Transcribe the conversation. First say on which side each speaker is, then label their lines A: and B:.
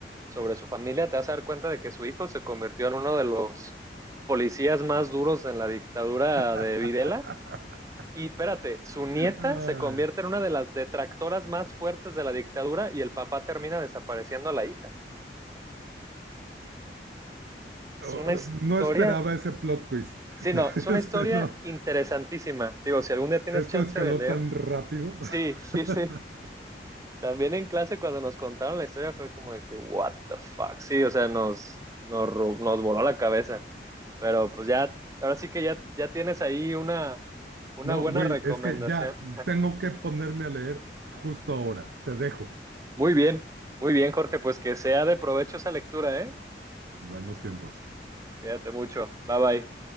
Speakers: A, on the right; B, on the right.
A: sobre su familia, te vas a dar cuenta de que su hijo se convirtió en uno de los policías más duros en la dictadura
B: <laughs>
A: de Videla. Y espérate, su nieta
B: Ay,
A: se convierte en una de las detractoras más fuertes de la dictadura y el papá termina desapareciendo a la hija. Es
B: oh,
A: una historia
B: no esperaba ese plot twist.
A: Sí,
B: <laughs>
A: no, es una
B: Este,
A: historia
B: no,
A: interesantísima. Digo, si algún día tienes
B: esto
A: chance
B: escaló
A: de leer
B: tan rápido.
A: Sí, sí,
B: <laughs>
A: sí. También en clase cuando nos contaron la historia fue como de que, what the fuck. Sí, o sea, nos, nos, ru- nos voló la cabeza. Pero pues ya, ahora sí que ya, ya tienes ahí una, una
B: No,
A: buena
B: güey,
A: recomendación.
B: es que ya tengo que ponerme a leer justo ahora. Te dejo.
A: Muy bien, muy bien, Jorge. Pues que sea de provecho esa lectura, ¿eh?
B: Buenos tiempos.
A: Cuídate mucho. Bye bye.